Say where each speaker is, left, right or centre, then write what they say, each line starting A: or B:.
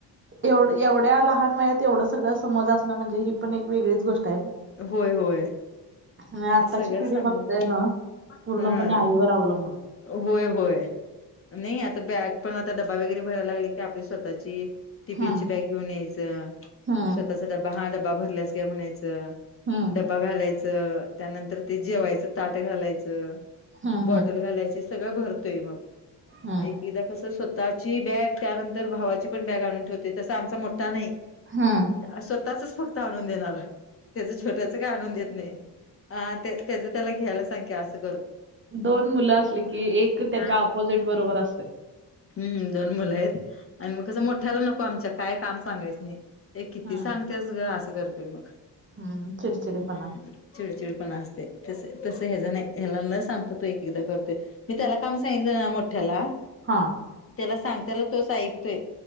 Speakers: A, on the right; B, on the left.
A: ए एवढ्या लहान वयात एवढं. सग समज असण म्हजे ही पण एक वेगळीच गोष्ट. आहे ना
B: होय होय.
A: आणि आत्ताची
B: सगळं
A: पिढी
B: सांगाल
A: बघतय
B: का
A: ना पूर्णपणे
B: ह.
A: आईवर अवलंबून
B: होय होय नाही आता बॅग पण आता डबा वगैरे भरायला लागली की आपली स्वतःची. टिफिनची
A: हम्म
B: बॅग घेऊन यायचं
A: हम्म
B: स्वतःचा डब्बा हा डब्बा भरलास काय म्हणायचं.
A: हम्म
B: डब्बा घालायचं त्यानंतर ते जेवायचं ताट घालायचं.
A: हम्म
B: बॉटल
A: हम्म
B: घालायची सगळं भरतोय मग
A: हम्म
B: एक ईदा कसं स्वतःची बॅग त्यानंतर भावाची पण बॅग आणून ठेवते तस आमचा मोठा नाही.
A: हां.
B: स्वतःचच फक्त आणून देणार त्याच छोट्याच काही आणून देत नाही. अ ते त्याच त्याला घ्यायला संख्या की आसं
A: दोन मुलं असली की एक त्याच्या
B: हा
A: आपोजिट बरोबर अस
B: हम्म दोन मुलं आहेत आणि मग कसं मोठ्याला नको आमच्या काय काम सांगायचं नाही. ए किती
A: हम्म
B: सांगतेस ग असं करतोय मग.
A: हम्म चिडचिडपणा.
B: हम्म चिडचिडपणा असतय तस तस ह्याज नाही ह्याला न सांगता तो एक एकदा करतोय. मी त्याला काम सांगितलं ना मोठ्याला
A: हां.
B: त्याला सांगताला तोच ऐकतोय